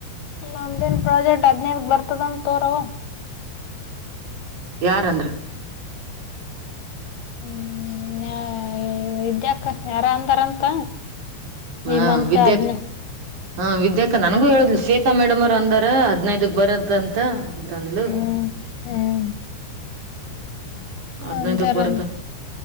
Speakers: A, on the left; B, on the right.
A: ಒಮ್ದೇನ್ ಪ್ರಾಜೆಕ್ಟ್ ಹದ್ನೈರ್ ಬರ್ತದಂತ ತೋರಾವ
B: ಯಾರಂದ್ರ
A: ಹ್ಮ ಇದ್ಯಾಕ್ಕ ಯಾರ ಅಂದಾರಂತ
B: ಹ
A: ಈ ಮಂತ
B: ವಿದ್ಯಾಕ್
A: ಅದ್ನ
B: ಹಾ ವಿದ್ಯಾಕ ನನ್ಗೂ ಹೇಳುದ್ ಶತಾ ಮೇಡಮ್ ಅವರ್ ಅಂದಾರ ಹದ್ನೈದಕ್ ಬರದ ಅಂತ ತಂದಲು
A: ಹ್ಮ್ ಹ್ಮ್
B: ಅದಿನೈಧಕ್ಕೆ
A: ಅಂತಾರಂತ
B: ಪರತ